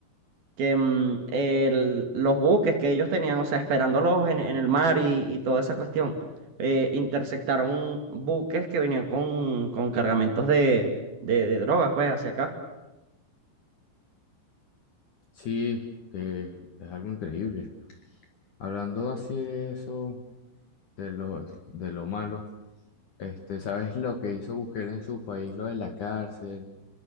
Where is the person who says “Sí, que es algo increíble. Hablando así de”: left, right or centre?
Left